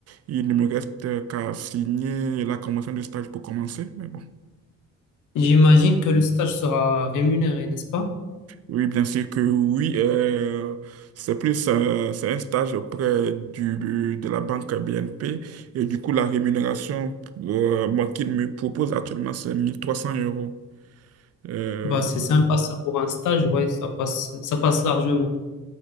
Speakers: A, on the right; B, on the left.
A: Il ne me reste euh, qu'à signer la convention de stage pour commencer. mais bon
B: J'imagine que le stage sera rémunéré, n'est-ce pas?
A: Oui, bien sûr que oui. euh, c'est plus euh, c'est un stage auprès du, de la banque BNP. Et du coup, la rémunération euh, moi, qu'il me propose actuellement, c'est 1300 euros. Euh,
B: Bah, c'est sympa ça pour un stage, ouais, ça passe, ça passe largement.